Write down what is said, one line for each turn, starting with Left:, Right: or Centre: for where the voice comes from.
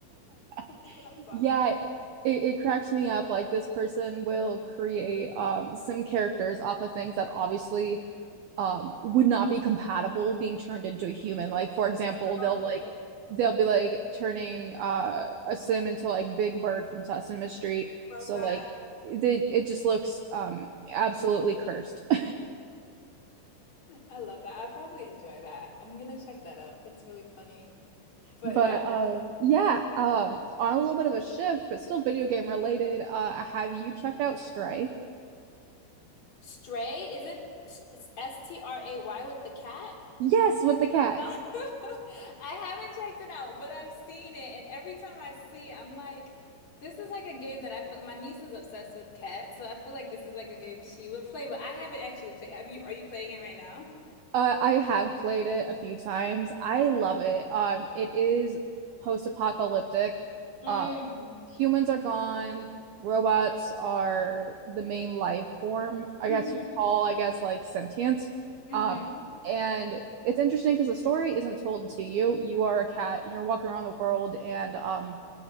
Left: <laughs> what
Right: <laughs>
Left: I'm talking
Right: Yeah, it, it cracks me up. Like this person will create um some characters off of things that obviously um would not be compatible being turned into a human. Like for example,
Left: about.
Right: they'll like they'll be like turning uh a sim into like Big Bird from Sesame Street.
Left: Love
Right: So
Left: that.
Right: like they it just looks um absolutely cursed. <laughs>
Left: I love that. I probably enjoy that. I'm gonna check that out. That's really funny. But
Right: But
Left: yeah.
Right: um yeah, um on a little bit of a shift, but still video game related, uh have you checked out Stray?
Left: Stray? Is it S S T R A Y with the cat?
Right: Yes, with the cat.
Left: <laughs> I haven't checked it out, but I've seen it, and every time I see it, I'm like, this is like a game that I feel my niece is obsessed with cats, so I feel like this is like a game she would play, but I haven't actually played. Have you, are you playing it right now?
Right: Uh, I have played it a few times. I love it. Um, it is post-apocalyptic.
Left: Mm.
Right: Uh, humans are gone, robots are the main life form, I
Left: hmm
Right: guess you'd call, I guess, like sentience.
Left: hmm
Right: Um, and it's interesting because the story isn't told to you. You are a cat and you're walking around the world and um